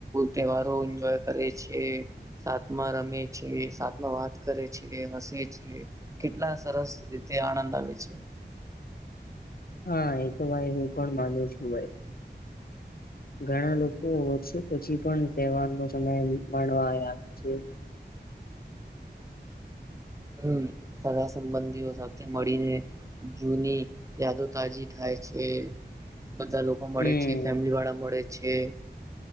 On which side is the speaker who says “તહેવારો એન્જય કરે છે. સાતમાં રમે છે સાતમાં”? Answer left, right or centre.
Right